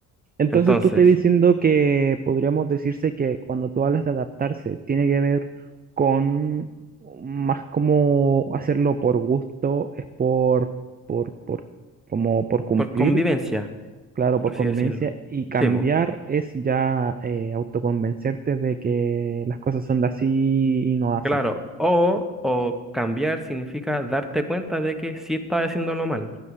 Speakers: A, on the right; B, in the centre.
A: Entonces
B: Entonces,
A: tú estás diciendo que podríamos decirse que cuando tú hablas de adaptarse, tiene que ver con más como hacerlo por gusto, es por, por, por, como por cumplir,
B: por convivencia,
A: claro,
B: por
A: por
B: así
A: conveniencia,
B: decirlo.
A: y cambiar
B: Sí, po,
A: es ya eh, autoconvencerte de que las cosas son de así y no asá.
B: claro. O, o cambiar significa darte cuenta de que sí estás haciéndolo mal